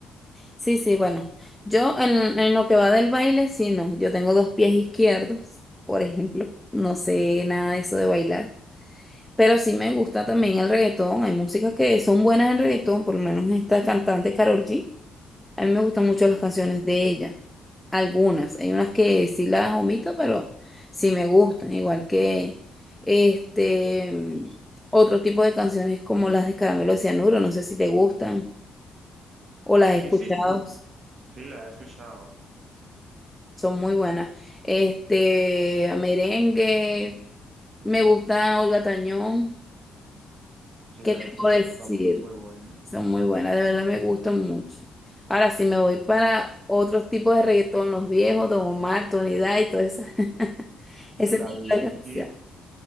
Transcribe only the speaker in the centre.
sí, sí, bueno, yo en, en lo que va del baile, sí, no, yo tengo dos pies izquierdos, por ejemplo, no sé nada de eso de bailar, pero sí me gusta también el reggaetón, hay músicas que son buenas en reggaetón, por lo menos esta cantante Karol G, a mí me gustan mucho las canciones de ella, algunas, hay unas que sí las omito, pero sí me gustan, igual que este, mm, otro tipo de canciones como las de Caramelo de Cianuro, no sé si te gustan. o las he escuchado,
son muy buenas. Este, merengue, me gusta Olga Tañón,
¿qué
te
puedo decir?
Son muy buenas, de verdad me gustan mucho. Ahora, si me voy para otros tipos de reggaetón, los viejos, Don Omar, Tony Dice, todo esa, <laughs> ese
tipo
de canción.